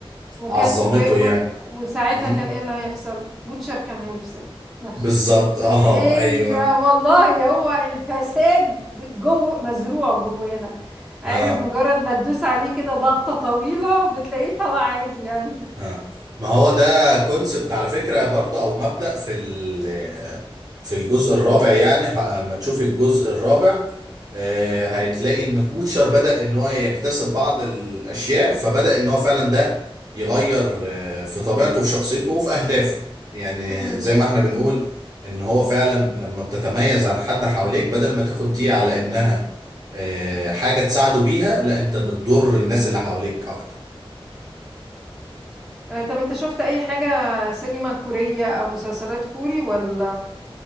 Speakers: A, in the centre; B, on the right.
A: وكانت
B: عظمته
A: و...
B: يعني
A: و... وساعتها
B: مم.
A: كان ايه اللي هيحصل بوتشر كان هيفسد نفسه
B: بالظبط اه
A: لان
B: ايوه
A: والله هو الفساد جوه مزروع جوانا عارف
B: اه
A: مجرد ما تدوس عليه كده ضغطة طويلة بتلاقيه طلع عادي يعني
B: آه. ما هو ده كونسبت على فكرة برضه او مبدأ في ال- في الجزء الرابع يعني ه- اما تشوفي الجزء الرابع آه، هتلاقي ان بوتشر بدأ ان هو يكتسب بعض الاشياء فبدأ ان هو فعلا ده يغير آه، في طبيعته وفي شخصيته وفي اهدافه يعني
A: امم
B: زي ما احنا بنقول ان هو فعلا لما بتتميز عن حد حواليك بدل ما تاخد دي على انها آه، حاجة تساعده بيها لا انت بتضر الناس اللي حواليك اكتر
A: آه، طب انت شفت اي حاجة سينما كورية او مسلسلات كوري ولا